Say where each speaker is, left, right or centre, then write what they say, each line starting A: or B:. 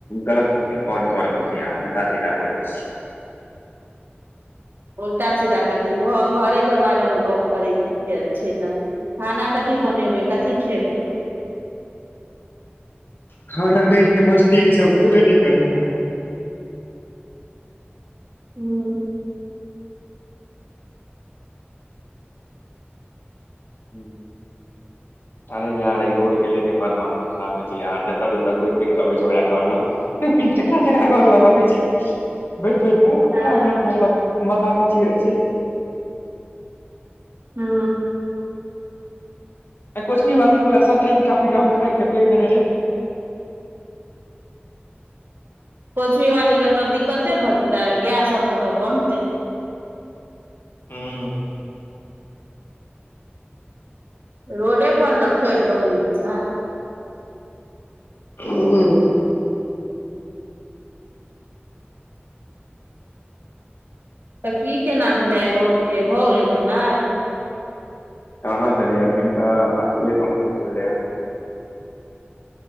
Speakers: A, on the left; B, on the right.
A: गलत कॉल क रहल छियै अहाँ उल्टा सीधा बजै छी
B: उल्टा सीधा कथी घरे के बारेमे गप करैके छै त खाना कथी बनेबै कथी खेबै।
A: खाना कहै छ मछली ई सब खेबे नहि करैए
B: हू।
A: ह अरे यारे रोडके लके बड़ मथ खराब होइ छै यार जतऽ-जतऽ बैठ-बैठ के अबै छै ओकरा घर लग जेकरा-जेकरा घर लग अबै छै बैढ़- बेढ़ कऽ ओकरा-ओकरा
B: हँ
A: घर लग माथा-पेची होइ छै
B: हू
A: आ कोछवी वाली पूरा सब त ही इटा- पीटा उखाइड़ क फेक देने रहे
B: पोछवी वाली के तऽ दिक्कते भऽ जेतै गाय सब कतऽ बनतै
A: हम्म
B: रोडे परड़ ने थोइर बनाने छै।
A: <unintelligible>
B: तऽ की केना भेलै आई रोड के भऽ गेलै धढनाइ।
A: कहाँ भेलै अभन तऽ अथे कम्पलित रहलै ह।